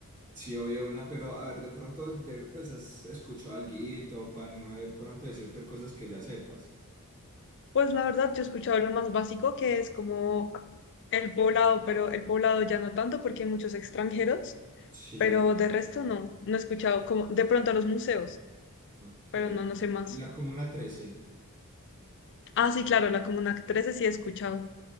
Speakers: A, on the right (about 35°); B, on the left (about 55°).
A: Sí, obvio, una, pero a ver, de pronto, de, pues, has escuchado alguito para no de pronto decirte cosas que ya sepas. <laughs>
B: Pues la verdad, yo he escuchado lo más básico que es como el poblado, pero el poblado ya no tanto porque hay muchos extranjeros,
A: Sí.
B: pero de resto no, no he escuchado como de pronto los museos,
A: Ok.
B: pero no, no sé más.
A: ¿Y la Comuna Trece,
B: Ah, sí, claro, la Comuna 13 sí he escuchado.